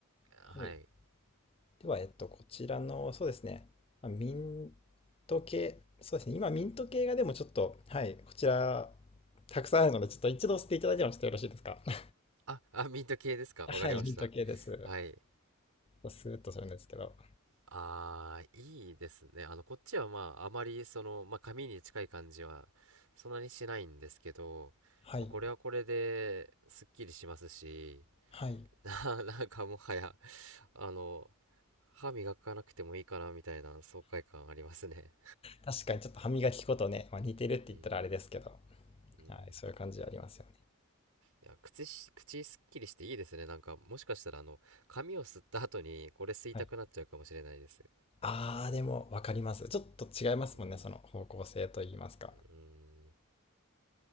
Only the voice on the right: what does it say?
はい。
あ、あ、ミント系ですか。
わかりました。
はい。
ああいいですね。あの、こっちはまあ、あまりその、まあ、紙に近い感じは、そんなにしないんですけど、
まあこれはこれで、すっきりしますし、
<laughs> な、なんかもはや、あの、歯磨かなくてもいいかな、みたいな爽快感ありますね。
うん、うん。
いや、口し、口すっきりしていいですね。なんか、もしかしたら、あの、髪を吸った後に、これ吸いたくなっちゃうかもしれないです。
うん、
うん。